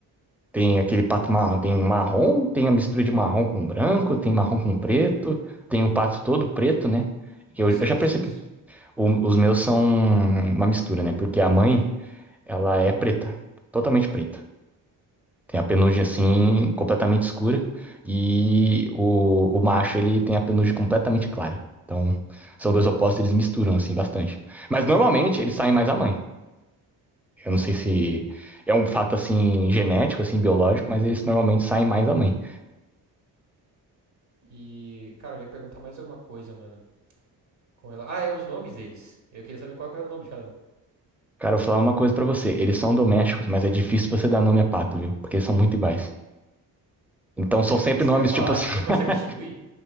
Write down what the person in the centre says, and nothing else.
tem aquele pato marrom, tem marrom, tem a mistura de marrom com branco, tem marrom com preto, tem o pato todo preto, né? Que
eu,
eu já
percebi.
O- os meus são uma mistura, né? Porque a mãe, ela é preta, totalmente preta. Tem a penugem
assim, completamente escura, e o, o macho, ele tem a penugem completamente clara. Então, são dois opostos, eles misturam assim bastante. Mas normalmente eles saem mais a mãe. Eu não sei se
é um fato assim genético, assim biológico, mas eles normalmente saem mais da mãe.
Cara, eu vou falar uma coisa pra você. Eles são domésticos, mas é difícil você dar nome a pato, viu? Porque eles são muito iguais. Então são
sempre
nomes
tipo assim.
<laughs>